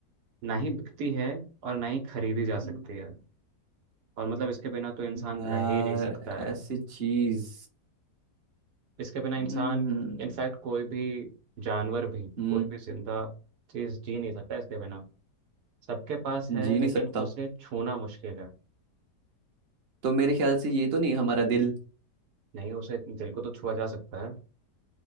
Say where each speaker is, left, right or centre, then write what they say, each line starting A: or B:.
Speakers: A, on the right (about 75°); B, on the right (about 45°).
A: ना ही बिकती है और ना ही खरीदी जा सकती
B: हम्म।
A: है और मतलब इसके बिना तो इंसान
B: यार
A: रह ही नहीं सकता है
B: ऐसी चीज
A: इसके बिना इंसान
B: हम्म
A: इनफैक्ट कोई भी जानवर भी
B: हम्म,
A: कोई भी जिंदा चीज जी नहीं सकता इसके बिना सबके पास
B: जी
A: है लेकिन
B: नहीं सकता
A: उसे छूना मुश्किल है
B: तो मेरे ख्याल से ये तो नहीं हमारा दिल
A: नहीं उसे दिल को तो छुआ जा सकता है